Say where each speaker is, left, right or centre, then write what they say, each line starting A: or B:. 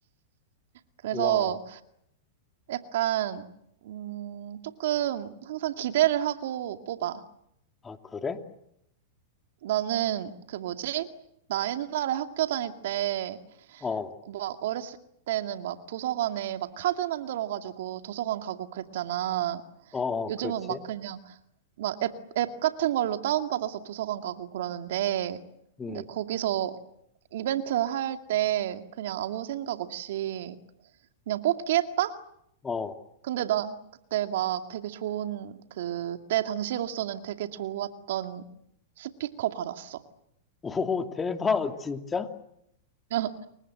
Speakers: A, on the right; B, on the left.
A: 그래서,
B: 와,
A: 약간, 음, 조금 항상 기대를 하고 뽑아.
B: 아, 그래?
A: 나는 그 뭐지? 나 옛날에 학교 다닐 때,
B: 어, 어,
A: 막 어렸을 때는 막 도서관에 막 카드 만들어가지고 도서관 가고 그랬잖아.
B: 어,
A: 요즘은
B: 그렇지.
A: 막 그냥 막 앱, 앱 같은 걸로 다운받아서 도서관 가고 그러는데,
B: 음,
A: 근데 거기서 이벤트 할 때 그냥 아무 생각 없이 그냥 뽑기 했다?
B: 어.
A: 근데 나 그때 막 되게 좋은, 그때 당시로서는 되게 좋았던 스피커 받았어.
B: <laughs> 오, 대박, 진짜?
A: <laughs>